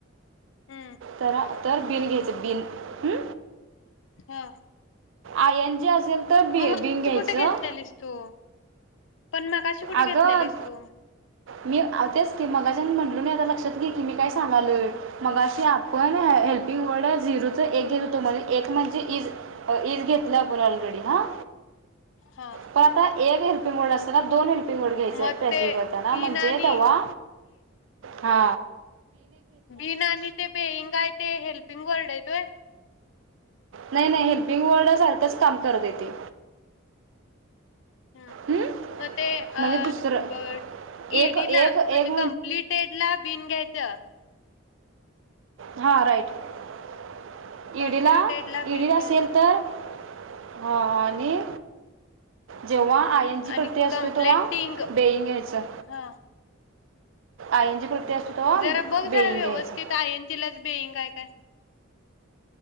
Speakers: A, on the left; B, on the right.
A: हम्म
B: तर आ तर बिन घ्यायचं बिन ह
A: हा
B: आयन जी असेल तर बि
A: मग मगाशी
B: बिंग घ्यायचं
A: कुठे घेतलेलीस तू पण मगाशी कुठे
B: अगं
A: घेतलेलीस तू
B: मी आ तेच की मगाचान म्हनलो नाही आता लक्षात घे की मी काय सांगालोय मगाशी आपण हेल्पिंग वर्ड आहे झिरोच एक घेतल होतो म्हण एक म्हणजे इज इज घेतलं आपण ऑलरेडी हा
A: हा
B: प आता ए घेर पिंमोड असत ना दोन हेल पिमोड घ्यायचय
A: मग
B: पॅसीव
A: ते
B: करताना
A: बीन
B: म्हणजे
A: आणि
B: तेव्हा हा
A: बिन आणि ते बेईंग आयते हेल्पिंग वर्ड आयतवय
B: नाही नाही हेल्पिंग वर्डसारखंच काम करतय ते
A: ह
B: हं?
A: म ते
B: म्हणजे
A: अ
B: दुसरं
A: ब ईडी
B: एक एक
A: ला
B: एक
A: म्हणजे कमप्लीटेड ला बिन घ्यायचं.
B: हा राईट
A: कम्प्लिटेड
B: ईडीला
A: ला
B: ईडी
A: बिन
B: असेल
A: घ्यायचं
B: तर हा आणि जेव्हा आयन जी प्रती
A: आणि
B: असतो
A: कम्प्लेटिंग
B: तवा बेईंग घ्यायचं.
A: हा
B: आय एन जी प्रत्यय असतो तेव्हा
A: जरा बघ
B: बेईंग
A: जरा व्यवस्थित
B: घ्यायचं
A: आय एनजीला बेईंगाय काय?